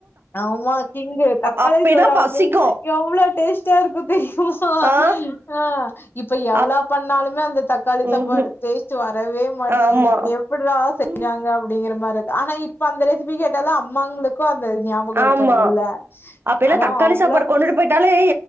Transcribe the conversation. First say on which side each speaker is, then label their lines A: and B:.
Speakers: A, on the left; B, on the right.
A: ஆமா கிங்கு தக்காளி
B: அப்பேன்னா
A: சோறா
B: பசிக்கும்.
A: அ அவ்வளோ டேஸ்டா இருக்கு தெரியுமா
B: ஆ
A: ஆ இப்ப எவ்வளோ
B: அப்
A: பண்ணாலு அந்த தக்காளி சாப்பாடு
B: ம்ஹ்ம்.
A: டேஸ்ட் வரவே மாட்டேங்குது
B: ஆமா.
A: எப்பட்றா செஞ்சாங்க
B: ம்.
A: அப்படிங்கிற மாதிரி ஆனா இப்ப அந்த ரெசிபி கேட்டாலும் அம்மாங்களுக்கு அந்த ஞாபகோ இருக்கறது
B: ஆமா
A: இல்ல
B: அப்ப எல்லாம்
A: ஆனா
B: தக்காளி
A: அவ்ளோ
B: சாப்பாடு கொண்டுட்டு போயிட்டாலே